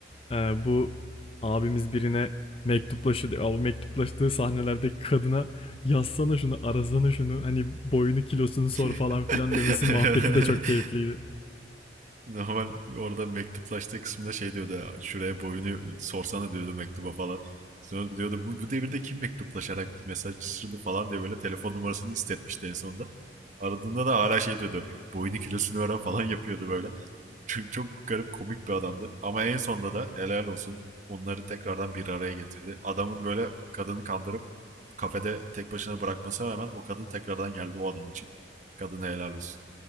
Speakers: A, on the left (about 30°); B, on the right (about 40°).
A: e, bu abimiz birine mektuplaşıyor. diyor. O mektuplaştığı sahnelerdeki kadına yazsana şunu, arasana şunu, hani boyunu kilosunu sor
B: <laughs>
A: falan filan demesi muhabbeti de çok keyifliydi.
B: Normal orada mektuplaştığı kısımda şey diyordu ya, şuraya boyunu sorsana diyordu mektuba falan. Sonra diyordu bu, bu devirde kim mektuplaşarak mesajlaşırdı falan diye böyle telefon numarasını istetmişti en sonunda. Aradığında da hala şey diyordu boyunu kilosunu öğren falan yapıyordu böyle. <laughs> Çünkü çok garip komik bir adamdı. Ama en sonunda da helal olsun onları tekrardan bir araya getirdi. Adamın böyle kadını kandırıp kafede tek başına bırakmasına rağmen o kadın tekrardan geldi o adam için. Kadına helal olsun.